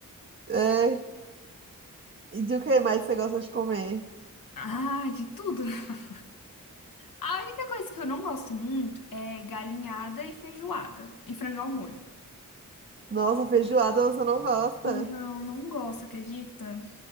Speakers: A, on the right; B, on the left.
A: É, e de o que mais você gosta de comer?
B: Ah, de tudo. <laughs> A única coisa que eu não gosto muito é galinhada e feijoada e frango ao molho.
A: Nossa, feijoada você não gosta?
B: Não, não gosto, acredita?